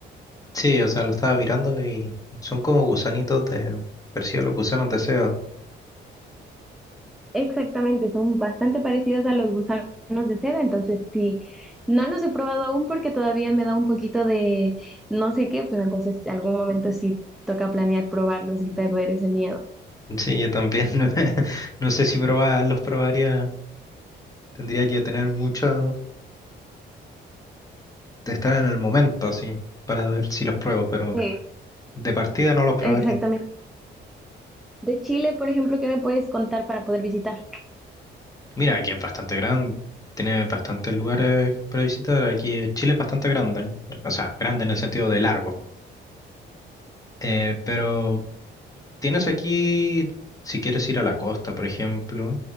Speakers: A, on the left; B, in the centre.
A: Sí, o sea, lo estaba mirando y son como gusanitos de, parecido a los gusanos de SEO.
B: Exactamente, son bastante parecidos a los gusanos de seda, entonces sí, no los he probado aún porque todavía me da un poquito de no sé qué, pero entonces algún momento sí toca planear probarlos y perder ese miedo.
A: Sí, yo también. <laughs> No sé si probar, los probaría. Tendría que tener mucho, de estar en el momento así, para ver si los pruebo, pero
B: Sí.
A: de partida no los probaría.
B: Exactamente. De Chile, por ejemplo, ¿qué me puedes contar para poder visitar?
A: Mira, aquí es bastante grande, tiene bastantes lugares para visitar. Aquí Chile es bastante grande, o sea, grande en el sentido de largo. Eh, pero Tienes aquí, si quieres ir a la costa, por ejemplo.